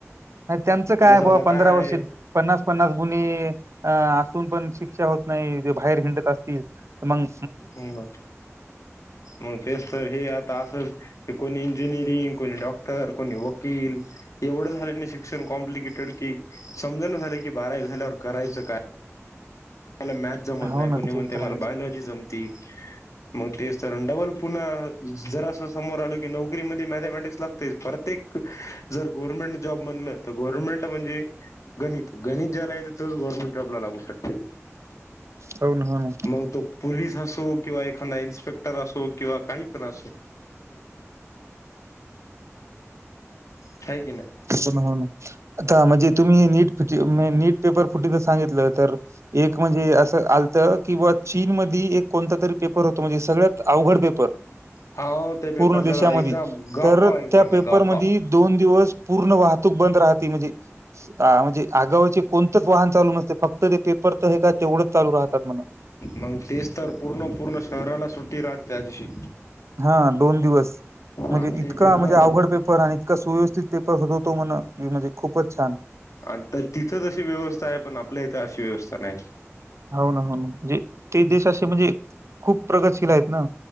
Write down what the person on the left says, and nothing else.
जसं
आता
काय
बर म तेच त हे ॲ त आसच कोणी इंजिनिअरिंग, कोणी डॉक्टर, कोणी वकील एवढं झाल कणी शिक्षण कॉम्प्लिकेटेडके समजना झालय की बारावी झाल्यावर करायचं काय? ला मॅथ जमत
नाही
कोणी
म्हणते
मला
बायोलॉजी जमती मग तेच तर डबल पुन्हा ज अस समोर आलो की नोकरीमध्ये मॅथमॅटिक्स लागतच परतेक जर गव्हर्मेंट जॉब म्हणल तर गोरमेंट म्हणजे गणित गणि ज्याला येतो गव्हर्मेंट जॉब लागू शकते.
मग तो पुलीस असो किंवा एखादा इंस्पेक्टर असो किंवा काही तर असो आहे की नाही
हाव त्या पेपरचा
ना एक्झाम गावकाव
एक्झाम
आहे गावकाव
मग तेच तर पूर्ण पूर्ण शहराला सुट्टी राहत त्या दिशी
आणि
ते पेपर
आता तिथं जशी व्यवस्था हाय पण आपल्या इथ अशी व्यवस्था नाय.